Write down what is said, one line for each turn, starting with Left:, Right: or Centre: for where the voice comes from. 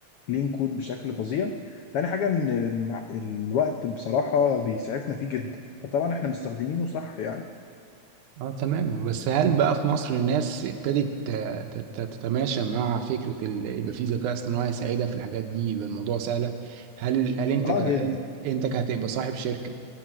Left: كلين كود بشكل فظيع تاني حاجه ان مع- الوقت بصراحه بيسعفنا فيه جدا فطبعا احنا مستخدمينه صح يعني
Right: اه تمام بس هل بقى في مصر الناس ابتدت آه، ت- ت- تتماشى مع فكرة ال- يبقى في ذكاء اصطناعي يساعدها في الحاجات دي يبقى الموضوع سهلة هل هل انت
Left: اه
Right: ك...
Left: جدا
Right: انت كهتبقى صاحب شركة